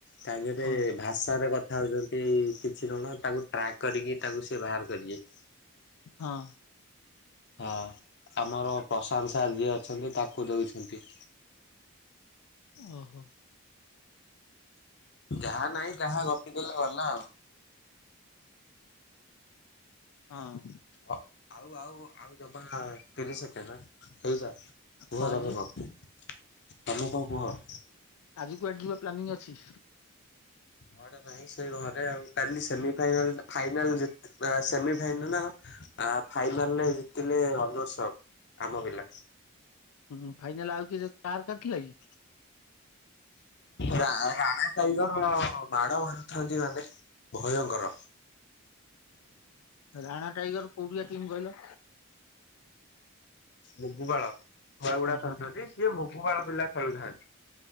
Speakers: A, on the left; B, on the left.
A: ତା ଦେହରେ
B: ହଁ
A: ଭାଷାରେ କଥା ହଉଛନ୍ତି କିଛି ଜଣ ତାଙ୍କୁ ଟ୍ରାକ୍ କରିକି ତାକୁ ସେ ବାହାର କରିବେ।
B: ହଁ।
A: ହଁ। ଆମର ପ୍ରଶାନ୍ତ ସାର୍ ଯିଏ ଅଛନ୍ତି ତାଙ୍କୁ ଦଉଛନ୍ତି।
B: ଓହୋ।
A: ଯାହା ନାଇଁ ତାହା ଗପି ଦେଲେ ଗଲା ଆଉ।
B: ହଁ।
A: ଅ ଆଉ ଆଉ ଆଉ ଜମା ତିରିଶ ସେକେଣ୍ଡ ଆଁ ହେଇଯା କୁହ
B: ହଁ
A: ତମେ
B: କି
A: କଣ ତମେ କଣ କୁହ।
B: ଆଜି କୁଆଡେ ଯିବ ପ୍ଲାନିଂ ଅଛି?
A: କୁଆଡେ ନାହିଁ ସେଇ ଘରେ ଆଉ। କାଲି ସେମି ଫାଇନାଲଟା ଫାଇନାଲ ଜି ସେମି ଫାଇନାଲ ନା ଆ ଫାଇନାଲରେ ଜିତିଲେ ରନର୍ସ ଅପ ଆମ ପିଲା।
B: ହୁଁ ଫାଇନାଲ ଆଉ କିଏ ଯ କାହାର କାହାର ଥିଲା କି?
A: ରା ରାଣା ସାହି ତ ମାଡ ମାରୁଥାନ୍ତି ମାନେ ଭୟଙ୍କର।
B: ରାଣା ଟାଇଗର କୋଉଠିକା ଟିମ୍ କହିଲ?
A: ମୁଗୁପାଳ ଛୁଆ ଗୁଡା
B: ଓହୋ
A: ଖେଳୁଛନ୍ତି ସିଏ ମୁଗୁପାଳ ପିଲା ଖେଳୁଥାନ୍ତି।